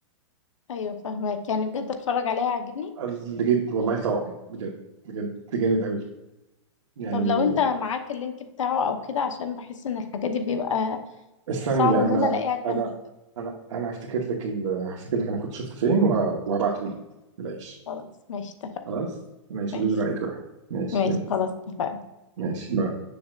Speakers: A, on the left; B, on the right.
A: ايوه فاهمك يعني بجد اتفرج عليها عجبني
B: فالجد والله طبعا بجد بجد جامد قوي يعني
A: طب لو انت معاك اللينك بتاعه او كده عشان بحس ان الحاجات دي بيبقى
B: الثانيه
A: صعب ان
B: انا
A: انا الاقيها كامله
B: انا انا انا هفتكر لك ال... هفتكر لك انا كنت شفته فين وهبعته لك العيش
A: خلاص ماشي اتفقنا
B: خلاص ماشي
A: ماشي
B: قولي لي رايك بقى ماشي
A: ماشي
B: يلا
A: خلاص اتفقنا
B: ماشي باي